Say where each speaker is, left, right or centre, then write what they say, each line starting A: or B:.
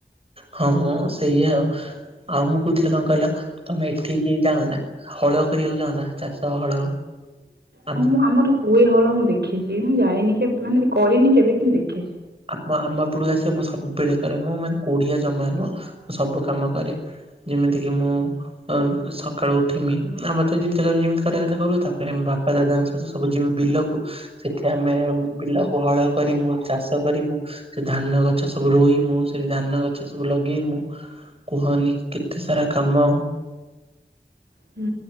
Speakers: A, on the right; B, on the right.
A: ହଁହଁ ସେଇଆ ଆଉ। ଆଉ ମୁଁ କହୁଥିଲି କଣ କହିଲ ତମେ ଏଠିକି ଯାଉନା। ହଳ କରିବାକୁ ଚାଉନା ଚାଷ ହଳ। ଆମ
B: ହଁ ମୁଁ ଆମର ହୁଏ ହଳ ମୁଁ ଦେଖେ ଏ ମୁଁ ଯାଏନି କେ ମାନେ କରେନି କେବେ କିନ୍ତୁ ଦେଖେ।
A: ଆ ଆମ ପୁଡୁ ଆସିବ ମୁଁ ସବୁବେଳେ କରେ ମୁଁ ମାନେ କୋଡିିଆ ଜମା ନୁହଁ ମୁଁ ସବୁ କାମ କରେ। ଯେମିତିକି ମୁଁ ସକାଳୁ ଉଠମି ଆମର ତ ଯେମିତି ଯେମିତି କରିବା କଥା କରୁ ତାପରେ ଆମ ବାପା ଦାଦାଙ୍କ ସବୁ ଯିମୁ ବିଲକୁ ସେଠି ଆମେ ବିଲକୁ ହଳ କରି ମୁଁ ଚାଷ କରିମୁ ସେ ଧାନ ଗଛ ସବୁ ରୋଇମୁ ସେଠି ଧାନ ଗଛ ସବୁ ଲଗେଇମୁ। କୁହନି କେତେ ସାରା କାମ।
B: ହୁଁ।